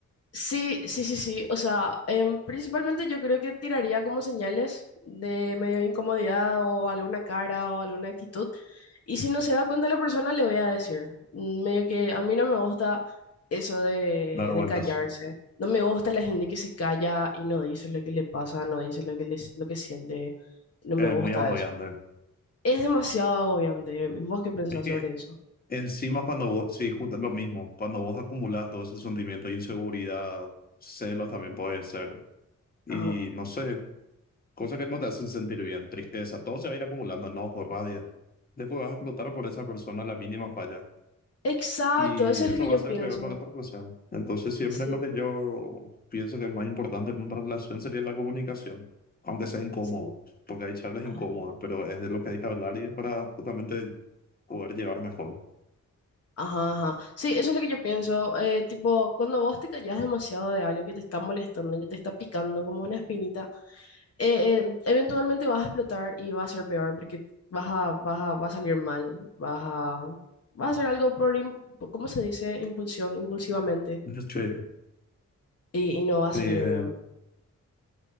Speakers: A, on the left (about 50°); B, on the left (about 30°).
A: sí, sí, sí, sí. O sea, em, principalmente yo creo que tiraría como señales de medio de incomodidad o alguna cara o alguna actitud. Y si no se da cuenta la persona, le voy a decir. Mm, Medio que a mí no me gusta eso de,
B: dar vueltas.
A: de callarse. No me gusta la gente que se calla y no dice lo que le pasa, no dice lo que, les- lo que siente. No me
B: Es
A: gusta
B: muy agobiante.
A: eso. Es demasiado agobiante. ¿Vos qué pensás
B: Es que
A: sobre eso?
B: encima cuando vos, sí, justo es lo mismo, cuando vos acumulás todo ese sentimiento de inseguridad, celos también puede ser, y
A: Ajá.
B: no sé, cosas que no te hacen sentir bien, tristeza, todo se va a ir acumulando, enojo, rabia. Después vas a explotar por esa persona la mínima falla.
A: Exacto,
B: y
A: eso
B: eso
A: es lo que
B: va
A: yo
B: a ser
A: pienso.
B: peor con la otra relación. Entonces, siempre
A: Sí,
B: lo que yo pienso que es más importante en una relación sería la comunicación, aunque sea incómodo,
A: sí.
B: porque hay charlas
A: Ay.
B: incómodas, pero es de lo que hay que hablar y es para justamente poder llevar mejor.
A: Ajá, ajá. Sí, eso es lo que yo pienso. eh, tipo, cuando vos te callás demasiado de algo que te está molestando, que te está picando como una espinita, eh, eh, eventualmente vas a explotar y va a ser peor porque vas a, vas a, va a salir mal, vas a, vas a hacer algo por, im- ¿cómo se dice? Impulsión, impulsivamente
B: Yo che, eh,
A: y, y no va a
B: eh,
A: salir bien.